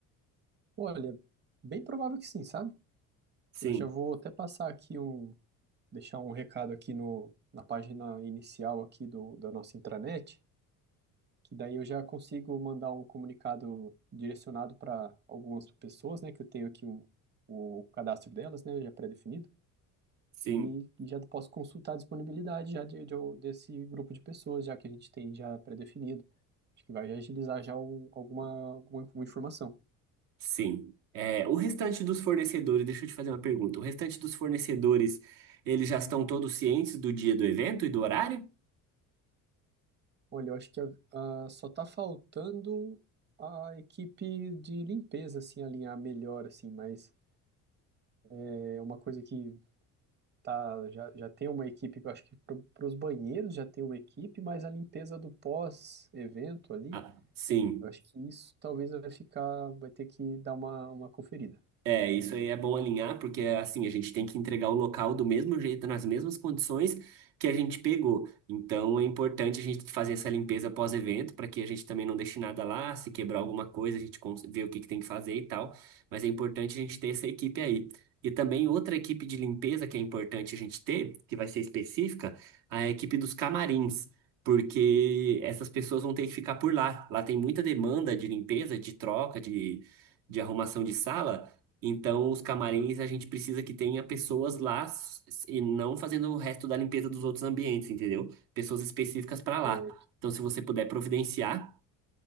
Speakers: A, on the right; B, on the right.
A: Olha, bem provável que sim, sabe?
B: Sim,
A: Eu já vou até passar aqui um, deixar um recado aqui no, na página inicial aqui do, da nossa intranet, que daí eu já consigo mandar um comunicado direcionado para algumas pessoas, né, que eu tenho aqui o, o cadastro delas, né, já pré-definido,
B: sim,
A: e, e já posso consultar a disponibilidade já de, de, desse grupo de pessoas, já que a gente tem já pré-definido. Acho que vai agilizar já o- alguma, alguma informação.
B: sim. É, o restante dos fornecedores, deixa eu te fazer uma pergunta. O restante dos fornecedores, eles já estão todos cientes do dia do evento e do horário?
A: Olha, eu acho que ah, só tá faltando a equipe de limpeza, assim, alinhar melhor, assim, mas é uma coisa que tá, já, já tem uma equipe, eu acho que para os banheiros já tem uma equipe, mas a limpeza do pós-evento ali,
B: Ah, sim.
A: eu acho que isso talvez vai ficar, vai ter que dar uma, uma conferida.
B: É, isso aí é bom alinhar, porque assim, a gente tem que entregar o local do mesmo jeito, nas mesmas condições que a gente pegou. Então é importante a gente fazer essa limpeza pós-evento, para que a gente também não deixe nada lá, se quebrar alguma coisa, a gente cons- vê o que que tem que fazer e tal. Mas é importante a gente ter essa equipe aí. E também outra equipe de limpeza que é importante a gente ter, que vai ser específica, a equipe dos camarins. Porque essas pessoas vão ter que ficar por lá. Lá tem muita demanda de limpeza, de troca, de, de arrumação de sala. Então, os camarins a gente precisa que tenha pessoas lá s- e não fazendo o resto da limpeza dos outros ambientes, entendeu? Pessoas específicas para lá.
A: Certo.
B: Então, se você puder providenciar,